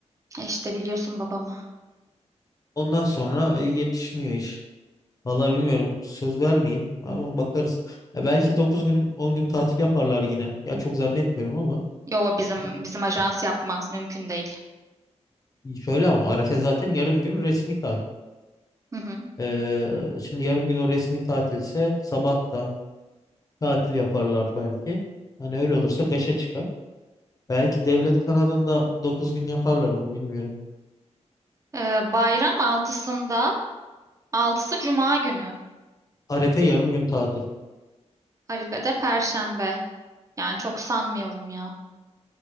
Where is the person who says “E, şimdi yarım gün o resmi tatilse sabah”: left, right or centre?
Left